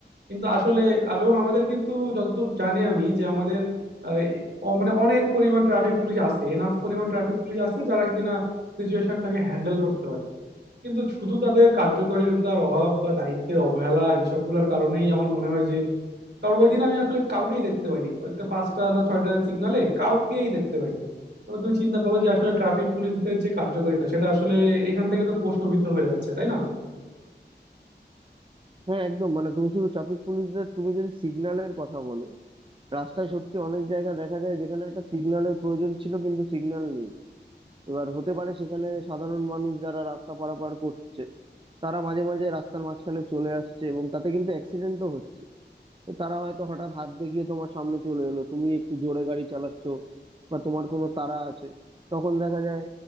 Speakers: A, on the right (about 70°); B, on the right (about 30°).
A: কিন্তু আসলে আম- এবং আমাদের কিন্তু যতদূর জানি আমি যে আমাদের আহ, অ- মানে অনেক পরিমাণ ট্রাফিক পুলিশ আছে এনাফ পরিমাণ ট্রাফিক পুলিশ আছে যারা কিনা সিচুয়েশনটাকে হ্যান্ডেল করতে পারে কিন্তু শুধু তাদের কার্যকারিতার অভাব বা দায়িত্বের অবহেলা এইসবগুলোর কারণেই আমার মনে হয় কারণ ওই দিন আমি আসলে কাউকেই দেখতে পাইনি একটা পাঁচটা না ছয়টা সিগনালে কাউকেই দেখতে পাইনি তাহলে তুমি চিন্তা করো যে আসলে ট্রাফিক পুলিশদের যে কার্যকারিতা সেটা আসলে এখান থেকে তো প্রশ্নবিদ্ধ হয়ে যাচ্ছে তাই না
B: হ্যাঁ একদম মানে তুমি শুধু ট্রাফিক পুলিশদের তুমি যদি সিগন্যালের কথা বলো রাস্তায় সত্যি অনেক জায়গা দেখা যায় যেখানে একটা সিগন্যালের প্রয়োজন ছিল কিন্তু সিগন্যাল নেই এবার হতে পারে সেখানে সাধারণ মানুষ যারা রাস্তা পারাপার করছে তারা মাঝে মাঝে রাস্তার মাঝখানে চলে আসছে এবং তাতে কিন্তু অ্যাক্সিডেন্টও হচ্ছে তো তারা হয়তো হঠাৎ হাত দেখিয়ে তোমার সামনে চলে এলো তুমি একটু জোরে গাড়ি চালাচ্ছ বা তোমার কোনো তাড়া আছে তখন দেখা যায়